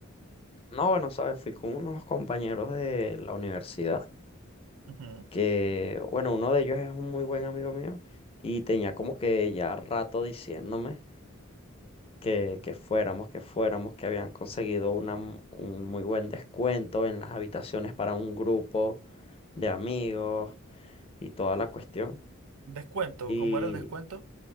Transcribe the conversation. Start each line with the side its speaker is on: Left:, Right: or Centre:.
Left: No, bueno, sabes, fui con unos compañeros de la universidad,
Right: Ujú.
Left: que, bueno, uno de ellos es un muy buen amigo mío y tenía como que ya rato diciéndome. que, que fuéramos, que fuéramos, que habían conseguido una m- un muy buen descuento en las habitaciones para un grupo de amigos y toda la cuestión.
Right: Descuento,
Left: Y
Right: ¿cómo era el descuento?